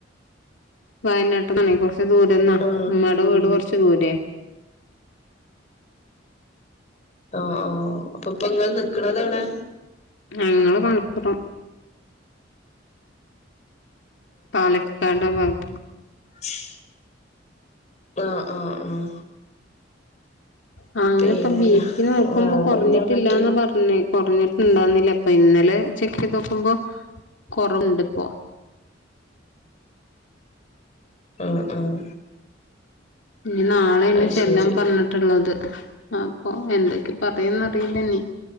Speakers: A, on the left (about 75°); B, on the left (about 40°).
A: വയനാട്ടിന്നാണെ കൊറച്ച് ദൂരന്നാ
B: ആഹ്
A: ഉമ്മാടെ വീട് കുറച്ച് ദൂരെ
B: ഓ ഓ അപ്പൊ ഇപ്പൊങ്ങള് നിക്കണതെവിടെ?
A: ഞങ്ങള് മലപ്പുറം പാലക്കട് ആഹ് ഭാഗത്ത്‌
B: ഷ് ആഹ് ആഹ് ആഹ്
A: സായിനപ്പ
B: പിന്നെ
A: ബി പി നോക്കുമ്പൊ
B: വേറെന്താ
A: കൊറഞ്ഞിട്ടില്ലാന്ന
B: എന്നിട്ട്
A: പറഞ്ഞെ കുറഞ്ഞിട്ട്ണ്ടാന്നില്ല ഇപ്പൊ ഇന്നലെ ചെക്ക് ചെയ്ത് നോക്കുമ്പോ കൊറവുണ്ട് ഇപ്പോ
B: ആഹ് ആഹ്
A: ഇനി നാളേണ്
B: അത്
A: ചെല്ലാൻ
B: ശരി
A: പറഞ്ഞിട്ടുള്ളത് അപ്പൊ എന്തെക്കെ? പറയന്നറിയില്ല ഇനി